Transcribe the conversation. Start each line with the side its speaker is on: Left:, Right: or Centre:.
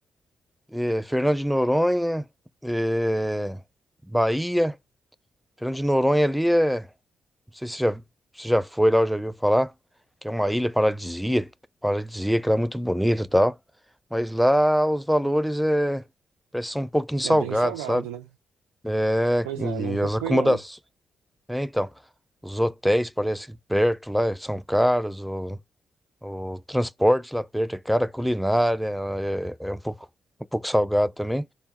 Centre: é, Fernando de Noronha, é, Bahia. Fernando de Noronha ali é Não sei se já, se já foi lá ou já viu falar, que é uma ilha paradisíaca, paradisíaca, lá é muito bonita e tal. Mas lá os valores é, parece que são um pouquinho salgados,
Right: É bem salgado,
Centre: sabe?
Right: né?
Centre: É,
Right: Pois
Centre: e
Right: é, nunca
Centre: as
Right: fui
Centre: acomodações.
Right: não.
Centre: É, então, os hotéis parece que perto lá são caros, o, o transporte lá perto é caro, a culinária é, é um pouco, um pouco salgado também.